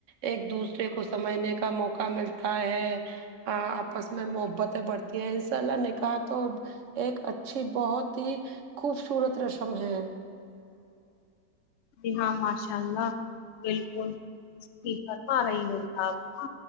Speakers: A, on the right (about 55°); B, on the left (about 60°).
A: ایک دوسرے کو سمجھنے کا موقع ملتا ہے آپس میں محبتیں بڑھتی ہیں انساء اللہ نکاح تو ایک اچھی بہت ہی خوبصورت رسم ہے
B: جی ہاں ماشاء اللہ بالکل ٹھیک فرما رہی ہو آپ نا